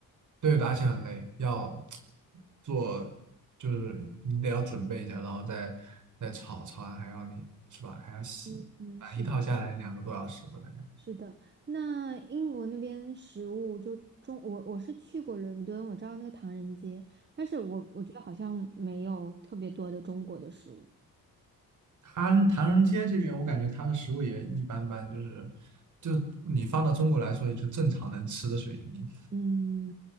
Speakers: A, on the right; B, on the right.
A: 对的而且很累，要 <tsk> 做，就是你得要准备一下，然后再再炒，炒完还要你是吧？还要洗，
B: 嗯嗯，
A: 啊，
B: 是的，
A: 一套下来两个多小时吧，大概。
B: 是的。那英国那边食物就中，我我是去过伦敦，我知道那个唐人街，但是我我觉得好像没有特别多的中国的食物。
A: 唐唐人街这边，我感觉它的食物也一般般，就是就你放到中国来说，也就正常能吃的水平。
B: 嗯